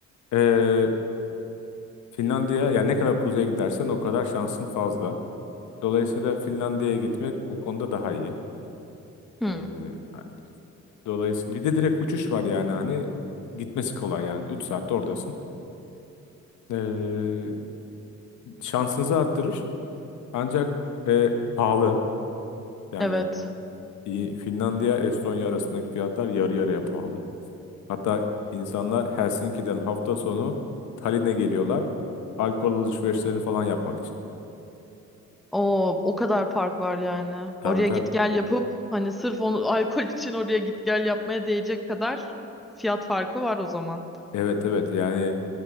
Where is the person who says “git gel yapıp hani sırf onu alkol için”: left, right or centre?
Centre